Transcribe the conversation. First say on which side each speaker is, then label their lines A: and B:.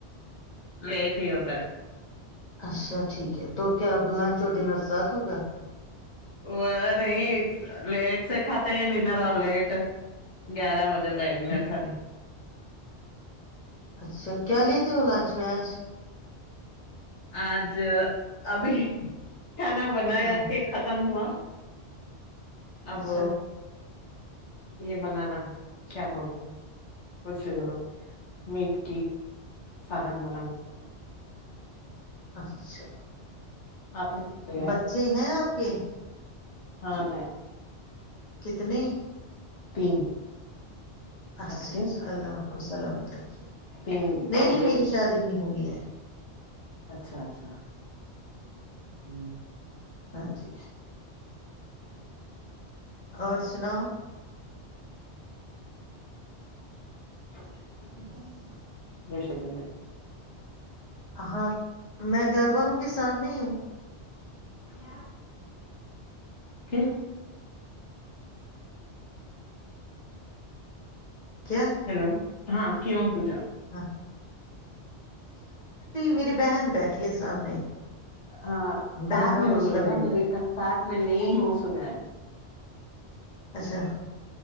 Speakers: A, on the left; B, on the left.
A: لیٹ ہی ہوتا ہے
B: اچھا ٹھیک ہے تو کیا اب لنچ اور ڈنر ساتھ ہوگا
A: وہ نہیں لیٹ سے کھاتے ہیں ننر اور لیٹ گیارہ ہو جاتا ہےر کھانے
B: اچھا کیا لیتے ہو لانچ میں آج
A: آج ابھی کھانا بنایا
B: ہاں
A: کے ختم ہوا ابو
B: اچھا
A: یہ بنانا کیا بولتے ہیں کچھ میٹ کی سادن بنانا
B: اچھا
A: آپ نے لیا
B: بچے ہیں آپ <inaudible>
A: ہاں
B: کتنے
A: تین
B: اچھا
A: آپ کے
B: اچھا اللہ کو سلامت رکھیے
A: تین دو
B: نہیں نہیں
A: بیٹ
B: میری شادی نہیں ہوئی ہے
A: اچھا اچھا ہوں
B: ہاں جی ارچنا
A: <inaudible>
B: <inaudible>
A: شکے
B: ہاں میں گھر والوں کے سامنے ہی ہوں
A: ا کیا
B: کیا
A: ہیلو ہاں کیوں پوچا
B: ہاں <inaudible> میری بہن بیٹھی ہے سامنے
A: ہاں ساتھ
B: بہن
A: میں
B: اور
A: ہوں
B: اس
A: بولے
B: کا
A: کیا
B: بیٹا
A: مجھے ساتھ میں نہیں ہوں سنا ہے
B: اچھا